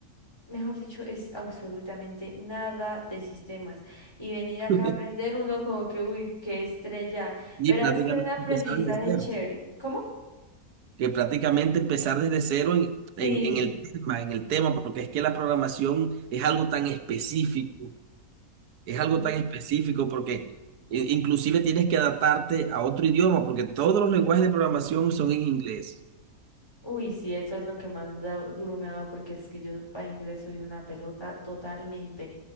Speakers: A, on the left; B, on the right.
A: mejor dicho, es absolutamente nada de sistemas y venir acá
B: <laughs>
A: a aprender uno como que, uy, qué estrella,
B: y
A: pero
B: prácticamente
A: ha sido un aprendizaje
B: empezaron de cero.
A: chévere. ¿Cómo?
B: que prácticamente empezar desde cero en,
A: Sí.
B: en, en el tema, en el tema, porque es que la programación es algo tan específico, es algo
A: Mm.
B: tan específico porque eh, inclusive tienes que adaptarte a otro idioma, porque todos los lenguajes de programación son en inglés.
A: Uy, sí, eso es lo que más me da- duro me ha dado porque es que yo para inglés soy una pelota totalmente.